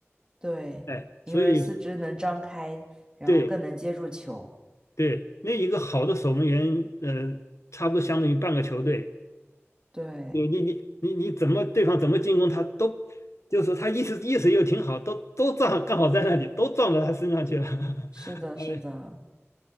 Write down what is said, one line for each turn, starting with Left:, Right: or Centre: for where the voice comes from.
Right: 对，
Left: 哎，所以
Right: 因为四肢能张开，然后更能接住球。
Left: 对对，那一个好的守门员，呃，差不多相当于半个球队。
Right: 对，
Left: 你你你你你怎么对方怎么进攻他都，就是说他意识意识又挺好，都都撞刚好在那里都撞到他身上去了。
Right: 是的，
Left: <laughs> 呃
Right: 是的，